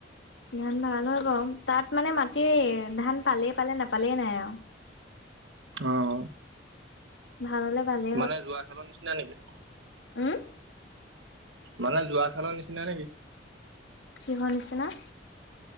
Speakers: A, on the left; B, on the right.
A: ধান ভাল হয় বাৰু। তাত মানে মাটি ধান পালেই পালে নাপালেই নাই আৰু।
B: অ
A: ভাল হ'লে ভালে।
B: মানে যোৱা খেলৰ নিচিনা নেকি?
A: উম
B: মানে যোৱা খেলৰ নিচিনা নেকি?
A: কিহৰ নিচিনা?